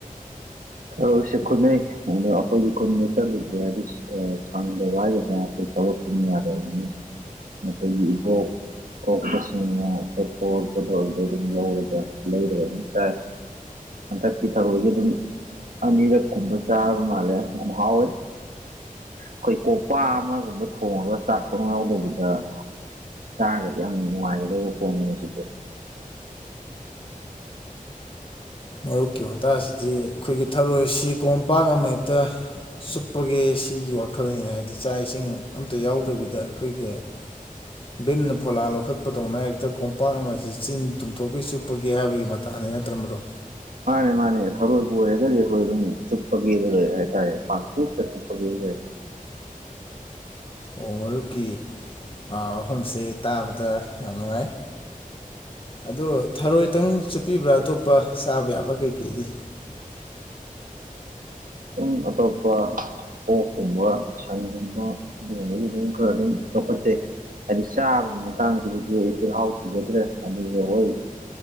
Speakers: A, on the right (about 70°); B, on the left (about 35°).
A: ꯊꯔꯣꯢꯁꯦ ꯈꯨꯟꯅꯩ ꯑꯩꯈꯣꯢꯒꯤ ꯈꯨꯟꯕ ꯆꯠꯂꯤꯁꯦ ꯍꯥꯢꯗꯤ ꯑ ꯁꯪꯗꯕ ꯍꯥꯏꯒꯗꯅꯥ ꯑꯩꯈꯣꯏ ꯊꯕꯛꯇꯨꯅ ꯌꯥꯗꯕꯅꯤ ꯃꯈꯣꯏꯒꯤ ꯏꯕꯧ ꯀꯣꯛꯄꯁꯤꯡꯅ <unintelligible> ꯑꯗꯨꯝ ꯂꯧꯔꯒ ꯂꯩꯔꯒ ꯑꯗꯨꯝ ꯆꯥꯏ ꯍꯟꯗꯥꯛꯇꯤ ꯊꯔꯣꯏꯁꯦ ꯑꯗꯨꯝ ꯑꯅꯤꯔꯛ ꯀꯨꯝꯕ ꯆꯥꯔꯕ ꯃꯥꯜꯂꯦ ꯍꯥꯎꯋꯦ ꯑꯩꯈꯣꯏ ꯀꯣꯄꯥ ꯑꯃꯒꯨꯝꯕ ꯊꯣꯡꯉꯒ ꯆꯥꯛ ꯁꯨꯡꯌꯥꯎ ꯌꯥꯎꯗꯕꯤꯗ ꯆꯥꯔꯒꯗꯤ ꯌꯥꯝ ꯅꯨꯡꯉꯥꯏꯒꯗꯕ ꯄꯣꯟꯅꯤ ꯍꯧꯖꯤꯛꯐꯣ
B: ꯃꯔꯨꯞꯀꯤ ꯋꯥꯇꯥꯁꯤꯗꯤ ꯑꯩꯈꯣꯏꯒꯤ ꯊꯥꯔꯣꯏ ꯁꯤ ꯀꯣꯝꯄꯥꯛ ꯑꯃ ꯍꯦꯛꯇ ꯆꯨꯞꯄꯒꯦ ꯁꯤꯒꯤ ꯋꯥꯈꯜꯅꯤꯅꯦ ꯍꯥꯏꯗꯤ ꯆꯥꯛ ꯏꯁꯤꯡ ꯑꯝꯇ ꯌꯥꯎꯗꯕꯤꯗ ꯑꯩꯈꯣꯏꯒꯤ <inaudible> ꯕꯤꯝꯅ ꯐꯣꯂꯥ ꯂꯧꯈꯠꯄꯗꯧꯅ ꯍꯦꯛꯇ ꯀꯣꯝꯄꯥꯛ ꯑꯃꯁꯤ ꯆꯤꯟ ꯇꯨꯝꯊꯣꯛꯀꯩ ꯆꯨꯞꯄꯒꯦ ꯍꯥꯏꯕꯒꯤ ꯃꯇꯥꯅꯤ ꯅꯠꯇ꯭ꯔ ꯃꯔꯨꯞ
A: ꯃꯥꯅꯦ ꯃꯥꯅꯦ ꯊꯔꯣꯏꯕꯨ ꯑꯣꯏꯔꯒꯗꯤ ꯑꯩꯈꯣꯏ ꯑꯗꯨꯝ ꯆꯨꯞꯄꯒꯦꯗ ꯂꯔꯦ ꯍꯥꯏꯇꯥꯔꯦ ꯄꯆꯨꯞꯇ ꯆꯨꯞꯄꯒꯦ ꯂꯩꯔꯦ
B: ꯑꯣ ꯃꯔꯨꯞꯀꯤ ꯑ ꯐꯝꯁꯦ ꯇꯥꯕꯗ ꯌꯥꯝ ꯅꯨꯡꯉꯥꯏ ꯑꯗꯣ ꯊꯔꯣꯏꯇꯪ ꯆꯨꯞꯄꯤꯕ꯭ꯔꯥ ꯑꯇꯣꯞꯄ ꯆꯥꯕ ꯌꯥꯕ ꯀꯩꯀꯩꯗꯤ
A: ꯎꯝ ꯑꯇꯣꯞꯄ ꯑꯣꯛꯀꯨꯝꯕ ꯁꯟꯒꯨꯝꯕ ꯑꯗꯨꯒꯨꯝꯕꯒꯤ ꯑꯗꯨꯝ ꯈꯔ ꯑꯗꯨꯝ ꯂꯧꯈꯠꯆꯩ ꯍꯥꯏꯗꯤ ꯆꯥꯕꯒꯤ ꯃꯇꯥꯡꯁꯤꯗꯗꯤ ꯑꯩ ꯆꯤꯜꯍꯥꯎ ꯊꯤꯖꯗ꯭ꯔꯦ ꯑꯗꯨꯁꯨ ꯍꯣꯏ